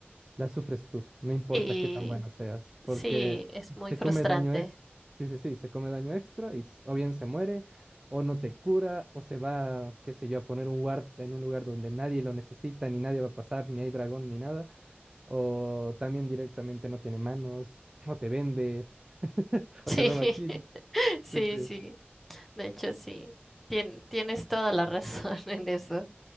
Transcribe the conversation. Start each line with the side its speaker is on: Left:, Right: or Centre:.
Right: la sufres tú, no importa
Centre: Sí,
Right: qué tan bueno seas,
Centre: sí,
Right: porque
Centre: es muy
Right: se
Centre: frustrante.
Right: come daño extra, sí, sí, sí, se come daño extra y s- o bien se muere, o no te cura, o se va, qué sé yo, a poner un ward en un lugar donde nadie lo necesita, ni nadie va a pasar, ni hay dragón, ni nada, o también directamente no tiene manos, o te vende, <laughs>
Centre: Sí,
Right: o te roba kill.
Centre: <laughs> sí,
Right: Sí, sí,
Centre: sí. De hecho, sí. Tien- tienes toda la razón <laughs> en eso.